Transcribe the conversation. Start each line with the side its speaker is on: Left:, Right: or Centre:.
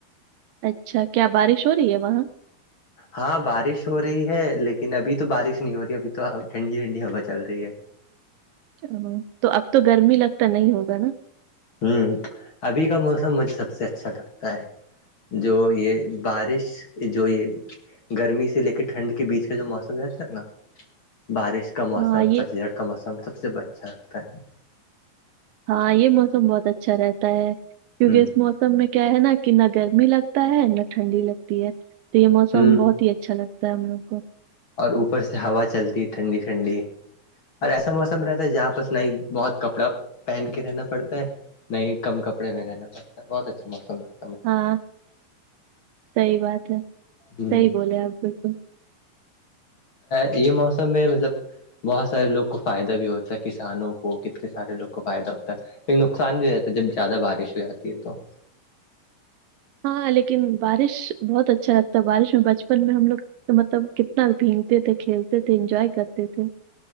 Right: اچھا کیا بارش ہو رہی ہے وہاں
Left: ہاں بارش ہو رہی ہے لیکن ابھی تو بارش نہیں ہو رہی ابھی تو ٹھنڈی ٹھنڈی ہوا چل رہی ہے
Right: ا تو اب تو گرمی لگتا نہیں ہوگا نا
Left: ہوں ابھی کا موسم مجھے سب سے اچھا لگتا ہے جو یہ بارش جو یہ گرمی سے لے کے ٹھنڈ کے بیچ کا جو موسم ہے تھا ہے نا بارش کا موسم
Right: ہاں یہ
Left: پچیس گھ کا موسم سب سے اچھا لگتا ہے
Right: ہاں یہ موسم بہت اچھا رہتا ہے
Left: ہے
Right: کیونکہ اس موسم میں کیا ہے نا کہ نہ گرمی لگتا ہے نہ ٹھنڈی لگتی ہے تو یہ موسم
Left: ہ ہ
Right: بہت ہی اچھا لگتا ہے ہم لوگ کو
Left: اور اوپر سے ہوا چلتی ٹھنڈی ٹھنڈی اور ایسا موسم رہتا ہے جہاں پر ن بہت کپڑا پہن کے رہنا پڑتا ہے نہیں کم کپڑے میں رہنا پڑتا ہے بہت اچھا موسم ل
Right: ہاں صحی بات ہے
Left: ہ
Right: صحیح بولے آپ بالکل
Left: یہ موسم میں مطلب بہت سارے لوگ کو فائدہ بھی ہوتا ہے کسانوں کو کتنے سارے لوگ کو فائدہ ہوتا ہے ایک نقصان بھی ہو رہتا ہے جب زیادہ بارش ہو جاتی ہے تو
Right: ہاں لیکن بارش بہت اچھا لگتا ہے بارش میں بچپن میں ہم لوگ تو مطلب کتنا بھیگتے تھے کھیلتے تھے انجوائے کرتے تھے